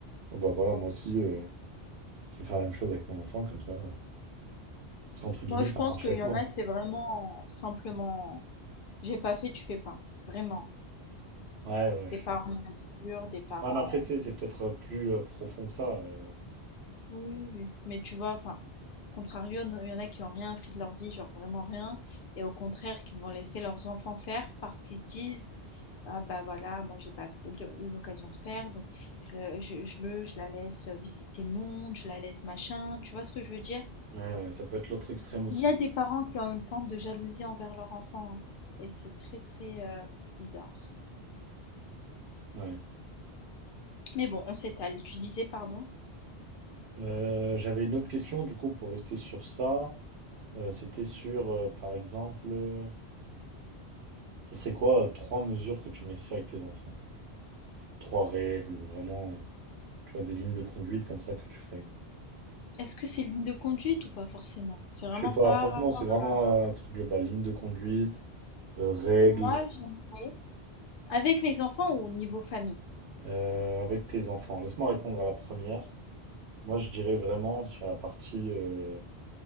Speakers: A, on the right (about 75°); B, on the left (about 60°).
A: oh bah voilà, moi aussi, euh, je vais faire la même chose avec mon enfant, comme ça. euh. Parce qu'entre guillemets,
B: Moi, je
A: ça
B: pense
A: a marché
B: qu'il
A: avec
B: y en
A: moi.
B: a, c'est vraiment simplement, j'ai pas fait, tu fais pas. Vraiment.
A: Ouais, ouais, je
B: Des
A: suis
B: parents
A: d'accord.
B: immatures, des parents...
A: Ouais, mais après, tu sais, c'est peut-être euh, plus euh, profond que ça. euh.
B: Oui, oui, oui. Mais tu vois, enfin, contrario, no- il y en a qui ont rien fait de leur vie, genre vraiment rien, et au contraire, qui vont laisser leurs enfants faire parce qu'ils se disent, ah bah voilà, moi j'ai pas eu le- eu l'occasion de faire, donc je, le- je, je le, je la laisse visiter le monde, je la laisse machin, tu vois ce que je veux dire?
A: Ouais, ouais, ça peut être l'autre extrême aussi,
B: Il y a
A: quoi.
B: des parents qui ont une forme de jalousie envers leur enfant, hein, et c'est très très euh, bizarre.
A: Ouais.
B: Mais bon, on s'étale. Tu disais pardon.
A: Euh, j'avais une autre question, du coup, pour rester sur ça. Euh, c'était sur, euh, par exemple, euh, ça serait quoi euh, trois mesures que tu mettrais avec tes enfants? Trois règles ou vraiment... Tu vois, des lignes de conduite comme ça que tu ferais.
B: Est-ce que c'est ligne de conduite ou pas forcément? C'est vraiment
A: Je sais pas,
B: par
A: franchement,
B: rapport
A: c'est vraiment
B: à
A: euh, un truc global. Ligne de conduite, euh, règles
B: moi, j'aimerais. Avec mes enfants ou au niveau famille?
A: euh, avec tes enfants. Laisse-moi répondre à la première. Moi, je dirais vraiment sur la partie euh,